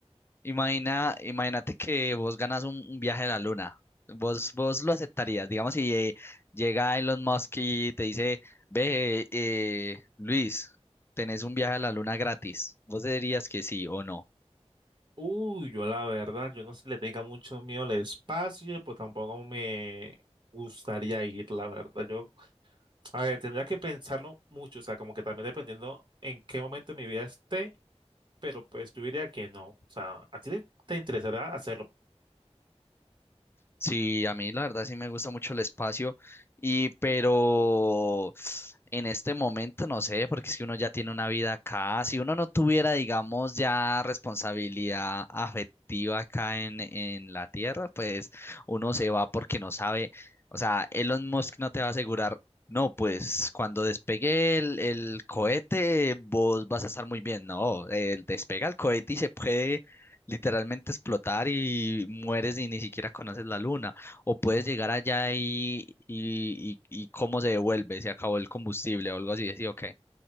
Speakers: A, on the left; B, on the right.
A: Imagina, imagínate que vos ganas un, un viaje a la luna. Vos, vos lo aceptarías, digamos, si eh, llega Elon Musk y te dice, ve, eh, Luis, tenés un viaje a la luna gratis. ¿Vos dirías que sí o no?
B: Uy, yo la verdad, yo no sé si le tenga mucho miedo al espacio, pues tampoco me gustaría ir, la verdad. Yo, a ver, tendría que pensarlo mucho, o sea, como que también dependiendo en qué momento de mi vida esté, pero pues yo diría que no. O sea, ¿a ti te te interesará hacerlo?
A: Sí, a mí la verdad sí me gusta mucho el espacio y pero en este momento no sé, porque es que uno ya tiene una vida acá, si uno no tuviera, digamos, ya responsabilidad afectiva acá en, en la tierra, pues uno se va porque no sabe, o sea, Elon Musk no te va a asegurar, no, pues cuando despegue el, el cohete vos vas a estar muy bien, no, él despega el cohete y se puede literalmente explotar y mueres y ni siquiera conoces la luna. O puedes llegar allá y, y, y, y cómo se devuelve, se acabó el combustible o algo así. Sí, ok.